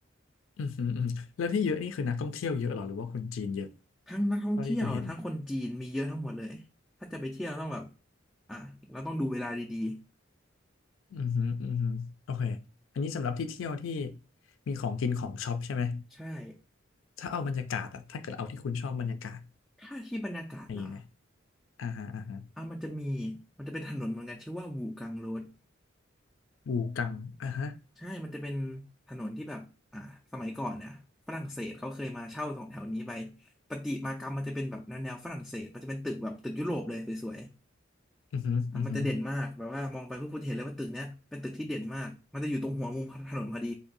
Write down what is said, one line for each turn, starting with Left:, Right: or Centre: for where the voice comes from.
Left: อือฮึอือหึแล้วที่เยอะนี่คือนักท่องเที่ยวเยอะเหรอหรือว่าคนจีนเยอะ
Centre: ทั้งนักท่องเที่ยวทั้งคนจีนมีเยอะทั้งหมดเลยถ้าจะไปเที่ยวต้องแบบ
Left: เท่าที่คุณเห็น
Centre: อ่ะเราต้องดูเวลาดี
Left: อือฮึอือฮึอโอเคอันนี้สำหรับที่เที่ยวที่มีของกินของช็อปใช่ไหม
Centre: ๆใช่
Left: ถ้าเอาบรรยากาศอะถ้าเกิดเอาที่คุณชอบบรรยากาศ
Centre: ถ้าที่บรรยากาศเหรอ
Left: อย่างนี้ไหมอ่าฮะอ่าฮะ
Centre: อ่ะมันจะมีมันจะเป็นถนนเหมือนกันชื่อว่าวูกังโรด
Left: บูกังอ่าฮะ
Centre: ใช่ มันจะเป็นถนนที่แบบอ่ะสมัยก่อนเนี่ยฝรั่งเศสเขาเคยมาเช่าตรงแถวนี้ไปประติมากรรมมันจะเป็นแบบแนวแนวฝรั่งเศสมันจะเป็นตึกแบบตึกยุโรปเลยสวย
Left: อือฮึอือฮึ
Centre: อ่ะมันจะเด่นมากแบบว่ามองไปพวกคุณจะเห็นเลยว่าตึกเนี้ยเป็นตึกที่เด่นมากมันจะอยู่ตรงหัวมุมถนนพอดี